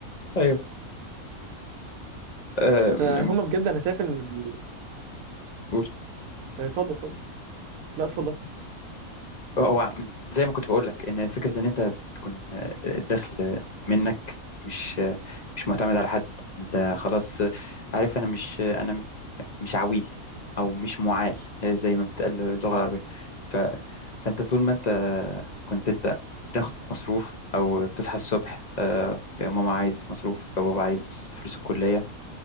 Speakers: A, on the left; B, on the right.
A: ايوه آه، م-
B: فهم
A: م-
B: بجد انا شايف ان ال-
A: قول
B: إيه، اتفضل اتفضل لا اتفضل
A: هو عم- زي ما كنت بقول لك ان فكره ان انت بتكون آه، الدخل منك مش آه، مش معتمد على حد انت خلاص آه، عارف انا مش آه، انا مش عويل او مش معال آه، زي ما بتقال اللغه العربيه ف... فانت طول ما انت كنت انت بتاخد مصروف او بتصحى الصبح آه، يا ماما عايز مصروف يا بابا عايز فلوس الكليه